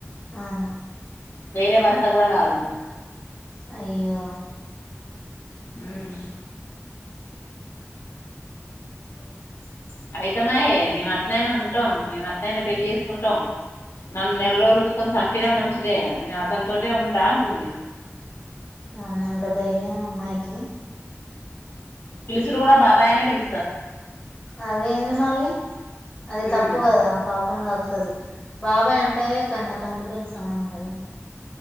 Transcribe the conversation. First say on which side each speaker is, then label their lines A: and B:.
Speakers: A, on the left; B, on the left.
A: ఆహా
B: వేరే వరుస కూడా కాదు
A: అయ్యో
B: మ్
A: <inaudible>
B: అయితమాయే మేం అట్నైనా ఉంటాం మేం అట్నైనా పెళ్లి చేసుకుంటాం నన్ను నెల రోజులు ఉంచుకొని చంపినా మంచిదే నేను అతనితోటె ఉంటా అంటుంది
A: అమ్మో ఎంత ధైర్యం అమ్మాయికి
B: పిలిసుడు కూడ బాబాయి అని పిల్
A: అదేంది మళ్ళీ అది
B: ఉమ్
A: తప్పు కదా పాపం తక్తాది బాబాయ్ అన్ ఏ కన్న తండ్రితో సమానం కదా